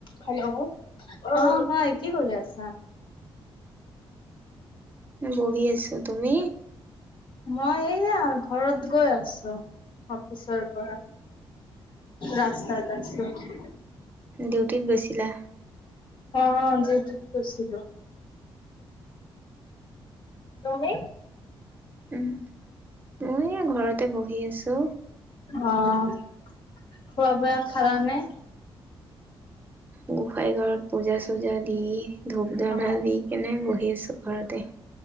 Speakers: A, on the left; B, on the right.
A: Hello অ', হয়, কি কৰি আছা?
B: বহি আছো, তুমি?
A: মই এয়া ঘৰত গৈ আছো অফিচৰ পৰা। ৰাস্তা এটা আছে।
B: ডিউটিত গৈছিলা?
A: অ যেতছিলো। তুমি।
B: উম মই ঘৰতে বহি আছো।
A: অ', খোৱা বোৱা খালা নে?
B: গোঁসাই ঘৰত পূজা চূজা দি ধূপ ধনা
A: অ
B: দি কিনে বহি আছো ঘৰতে।